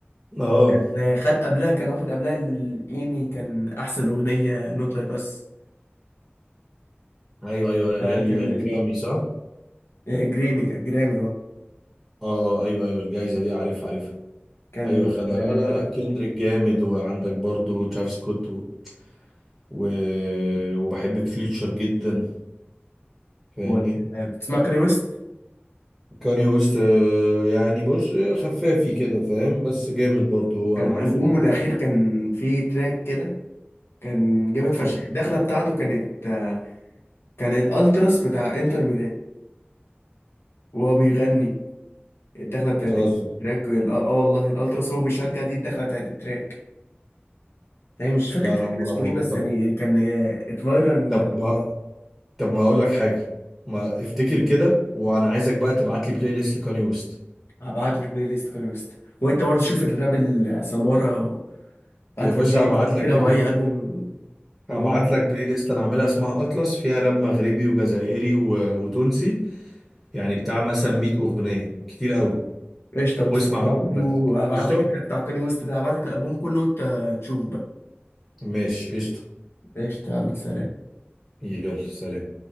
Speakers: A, in the centre; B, on the left.
A: اه
B: وكان خد قبلها كان واخد قبلها الايمي كان احسن اغنيه نوت لايك اس
A: ايوه ايوه اللي
B: كان
A: هي الجرامي صح اه
B: آه، جريمي جرامي اه
A: اه ايوه ايوه الجايزه دي عارفها عارفها
B: كان
A: ايوه خدها لا
B: آه،
A: لا لا كندريك جامد وعندك برضو ترافيس سكوت و... و... وبحب فيوتشر جدا فاهمني
B: و- آه، بتسمع كاني ويست
A: كاني ويست آه، يعني بص خفافي كده فاهم بس جامد برضو هو
B: كان
A: انا عارفه
B: البومه الاخير كان فيه تراك كده كان جامد
A: اه
B: فشخ الدخله بتاعته كانت آه، كان الالتراس بتاع انتر ميلان وهو بيغني الدخله بتاعت
A: بتهزر
B: التراك وال- اه آه والله الالتراس هو بيشجع دي الدخله بتاعت التراك يعني مش
A: لا
B: فاكر التراك
A: انا اول
B: كان
A: مره
B: اسمه
A: أعرف
B: ايه
A: الموضوع.
B: بس
A: طب
B: يعني كان آه، اتفايرال
A: طب طب ما اقول لك حاجه ما افتكر كده وانا عايزك بقى تبعت لي بلاي ليست لكاني ويست
B: هبعت لك بلاي ليست كاني ويست وانت برضه شوف الراب السمارة بعت
A: يا باشا
B: لي بلاي ليست
A: هبعت
B: دي كده
A: لك
B: واي
A: الر-
B: البوم ونود
A: هبعت لك بلاي ليست انا عاملها اسمها اطلس فيها راب مغربي وجزائري و... وتونسي يعني بتاع مثلا 100 اغنيه كتير قوي
B: قشطة
A: واسمع
B: مصطفى
A: بقى
B: أنا برضه
A: وتمزج
B: هبعت
A: قشطه
B: لك التراك بتاع كاني ويست ده هبعت لك الالبوم كله وانت تشوف بقى
A: ماشي قشطه
B: قشطة يلا سلام
A: يلا سلام